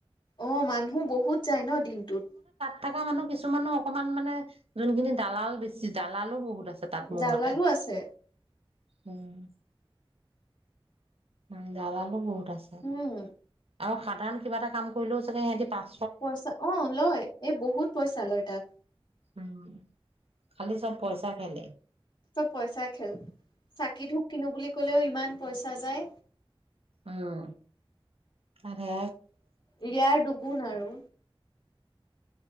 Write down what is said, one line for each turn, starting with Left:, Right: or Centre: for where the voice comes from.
Left: অ' মানুহ বহুত যাই ন' দিনটোত।
Right: থাকা মানুহ কিছুমানো অকনমান মানে, যোনখিনি দালাল বেছি- দালালো বহুত ত আছে তাত মোৰ
Left: জালালো
Right: মতে
Left: আছে
Right: উম '। নম যাৰল। <inaudible> প্ৰছাদ
Left: উম
Right: <inaudible> আৰু সাধাৰণ কিবা এটা কাম কৰিলেও চাগে সিহতি পা
Left: পইচা অ' লয় এই বহুত পইচা লয় তাত।
Right: উম, খালি চব পইচা খেলে।
Left: চব পইচা খেল চাকি-ধূপ কিনো বুলি ক'লেও ইমান। পইচা যায়।
Right: উম' আৰে
Left: ইয়াৰ দুগুণ আৰু